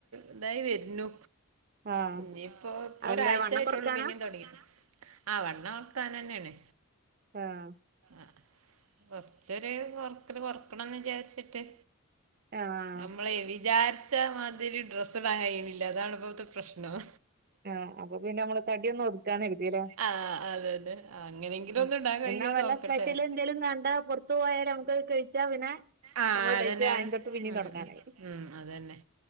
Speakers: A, on the right (about 80°); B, on the right (about 45°).
A: ഇതായി വരുന്നു
B: ആഹ്
A: ഇനിയിപ്പോ ഇപ്പൊ
B: അതെന്താ
A: ഒരാഴ്ച
B: വണ്ണം
A: ആയിട്ടള്ളൂ
B: കുറക്കാനാ
A: പിന്നിം തുടങ്ങിട്ട് ആഹ് വണ്ണം വെക്കാൻ തന്നെ ആണ്
B: ആഹ്
A: അഹ് കൊറച്ചൊരു കൊറക്കല് കൊറക്കണംന്ന് വിചാരിച്ചിട്ട്
B: ആഹ്
A: നമ്മള് വിചാരിച്ച മാതിരി ഡ്രസ്സ് ഇടാൻ കയ്യ്ണില്ല അതാണ് ഇപ്പോളത്തെ പ്രശ്നം
B: ആഹ് അപ്പൊ പിന്നെമ്മള് തടിഒന്ന് ഒതുക്കാന്നരുതിലെ
A: ആ അതെ അതെ അങ്ങനെങ്കിലും
B: ഉം
A: ഒന്ന് ഇടാൻ കഴിയുമോ
B: എന്നാ വല്ല
A: നോക്കട്ടെ
B: സ്പെഷ്യല് എന്തേലും കണ്ടാ പൊറത്ത് പോയാല് നമുക്ക് അത് കഴിച്ചാ പിന്നെ
A: ആഹ്
B: നമ്മളെ
A: അതന്നെ
B: ഡയറ്റ് ആദ്യം
A: അഹ്
B: തൊട്ട് പിന്നെയും
A: ഉം
B: തുടങ്ങാനായി
A: ഉം അതന്നെ